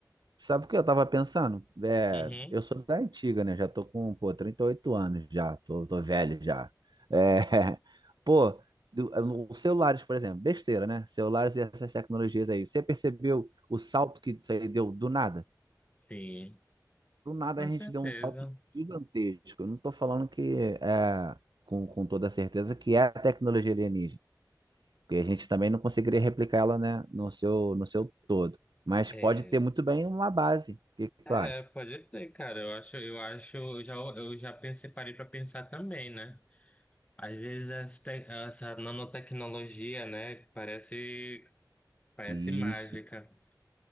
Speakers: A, on the right; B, on the left.
A: Sabe o que eu tava pensando? É,
B: Uhum.
A: eu sou da antiga, né? Já tô com, pô, 38 anos já, tô, tô velho já. É, <laughs> pô, do- os celulares, por exemplo, besteira, né? Celulares e essas tecnologias aí. Você percebeu o salto que isso aí deu do nada?
B: Sim,
A: Do nada
B: com
A: a gente
B: certeza.
A: deu um salto gigantesco. Eu não tô falando que é, com, com toda certeza que é a tecnologia alienígena, porque a gente também não conseguiria replicar ela, né, no seu, no seu todo. Mas
B: É,
A: pode ter muito bem uma base. O que que
B: é,
A: tu acha?
B: pode ter, cara. Eu acho, eu acho, eu já, eu já pensei, parei para pensar também, né? Às vezes essa, te- essa nanotecnologia, né? Parece Parece
A: Isso,
B: mágica.